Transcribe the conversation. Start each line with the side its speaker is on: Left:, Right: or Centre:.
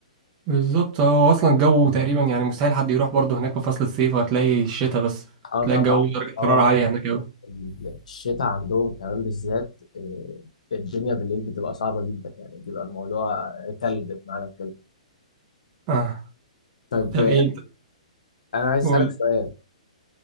Right: بالظبط اه هو اصلا الجو تقريبا يعني مستحيل حد يروح برضه هناك في فصل الصيف وهتلاقي الشتاء بس
Left: اه
Right: تلاقي
Left: طبعا
Right: الجو درجة
Left: اه
Right: حرارة عالية هناك أوي
Left: ال- الشتاء عندهم كمان بالذات آه، الدنيا بالليل بتبقى صعبة جدا يعني بيبقى الموضوع تلج بمعنى الكلمة
Right: اه
Left: طيب
Right: طب
Left: آه،
Right: ايه انت
Left: أنا عايز
Right: قول
Left: أسألك سؤال